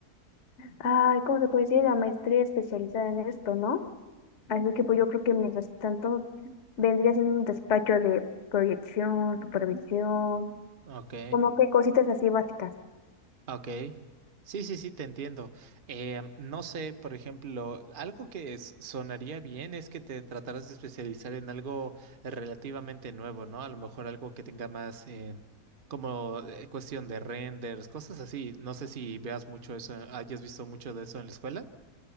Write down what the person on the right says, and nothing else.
Ok.
Ok. Sí, sí, sí, te entiendo. Eh, no sé, por ejemplo, algo que s- sonaría bien es que te trataras de especializar en algo relativamente nuevo, ¿no? A lo mejor algo que tenga más eh, como eh, cuestión de renders, cosas así. No sé si veas mucho eso, hayas visto mucho de eso en la escuela.